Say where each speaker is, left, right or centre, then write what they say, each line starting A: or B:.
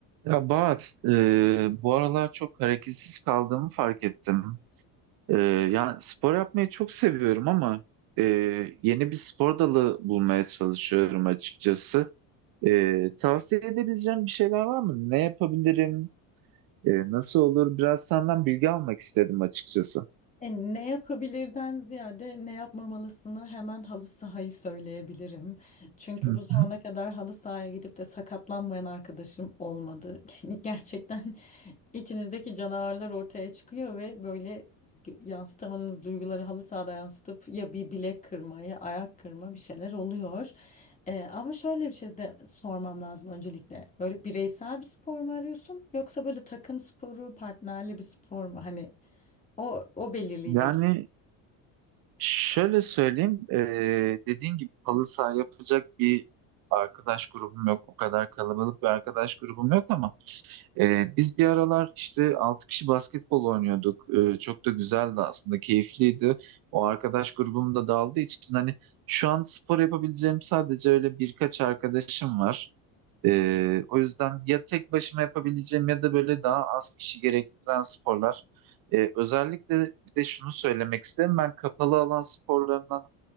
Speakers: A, on the right; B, on the left.
A: Ya Bahar, e, bu aralar çok hareketsiz kaldığımı fark ettim. E, yani spor yapmayı çok seviyorum ama e, yeni bir spor dalı bulmaya çalışıyorum açıkçası. E, tavsiye edebileceğim bir şeyler var mı? Ne yapabilirim? E, nasıl olur? Biraz senden bilgi almak istedim açıkçası.
B: E, ne yapabilirden ziyade ne yapmamalısını hemen halı sahayı söyleyebilirim. Çünkü
A: Hı
B: bu zamana
A: hı.
B: kadar halı sahaya gidip de sakatlanmayan arkadaşım olmadı. <laughs> Gerçekten içinizdeki canavarlar ortaya çıkıyor ve böyle gö- yansıtamadığınız duyguları halı sahada yansıtıp ya bir bilek kırma ya ayak kırma bir şeyler oluyor. E, ama şöyle bir şey de sormam lazım öncelikle. Böyle bireysel bir spor mu arıyorsun yoksa böyle takım sporu, partnerli bir spor mu? Hani o, o belirleyecek.
A: Yani şöyle söyleyeyim, e, dediğin gibi halı saha yapacak bir arkadaş grubum yok. O kadar kalabalık bir arkadaş grubum yok ama Ee, biz bir aralar işte 6 kişi basketbol oynuyorduk. Ee, çok da güzeldi aslında, keyifliydi. O arkadaş grubum da dağıldığı için hani şu an spor yapabileceğim sadece öyle birkaç arkadaşım var. Ee, o yüzden ya tek başıma yapabileceğim ya da böyle daha az kişi gerektiren sporlar. Ee, özellikle bir de şunu söylemek isterim. Ben kapalı alan sporlarından